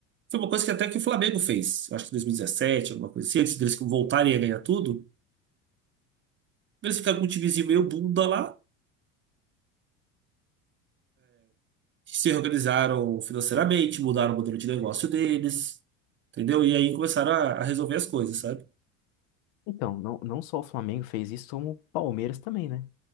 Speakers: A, on the right (about 30°); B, on the left (about 70°).
A: Foi uma coisa que até que o Flamengo fez, acho que em 2017, alguma coisa assim, antes deles voltarem a ganhar tudo, eles ficaram com um timezinho meio bunda lá, que se organizaram financeiramente, mudaram o modelo de negócio deles, entendeu? E aí começaram a, a resolver as coisas, sabe?
B: Então, não, não só o Flamengo fez isso, como o Palmeiras também, né?